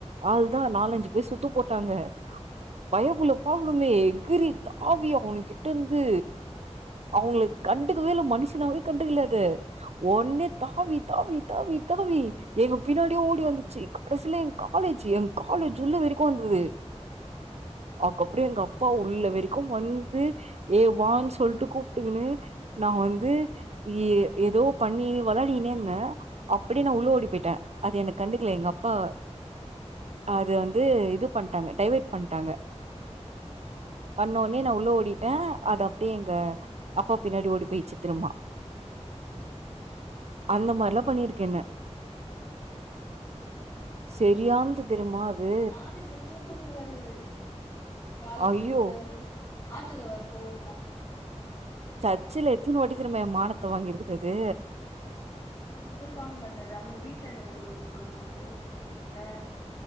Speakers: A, on the right; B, on the left.
A: அவ்ளதா நாலஞ்சு பேர் சுத்து போட்டாங்க பயபுள்ள போகனுமே எகிரி தாவி அவனுக்கிட்டருந்து அவுங்களுக்கு கண்டுக்கவே இல்ல மனுஷனாவே கண்டுக்கல அத ஒன்னே தாவி தாவி தாவி தாவி எங்க பின்னாடியே ஓடி வந்துச்சு கடைசியில எங் காலேஜு ஏ காலேஜ் உள்ள வரைக்கு வந்தது ஆ அக்கப்பற எங்க அப்பா உள்ள வரைக்கு வந்து ஏ வான்னு சொல்ட்டு கூப்ட்டுக்குனு நா வந்து ஏ ஏதோ பண்ணி வெளாடினே இருந்த அப்டியே நா உள்ள ஓடி போயிட்ட அது என்ன கண்டுக்கல எங்க அப்பா அத வந்து இது பண்ட்டாங்க டைவேட் பண்ட்டாங்க பண்ணவொன்னே நா உள்ள ஓடி ட்ட அது அப்டியே எங்க அப்பா பின்னாடி ஓடி போய்ச்சு திருமா அந்த மாரிலா பண்ணிருக்கு என்ன செரியானது தெரியுமா
B: ஏ
A: அது
B: என்ன காலேஜ்ல கூப்ட வருவாரு இவரு காலேஜ்
A: ஐயோ
B: கூப்ட வர ஆட்டோல வர போவாங்கள்ல அப்போ
A: சர்ச்சுல எத்துன வாட்டி தெரியுமா ஏ மானத்த வாங்கிருக்குது அது
B: என்ன என்ன வந்து இவரு வாங்க மாட்டாரு அங்க வீட்டாண்ட இருக்குறவ பண்ணுவாங்களே தெரியும்லே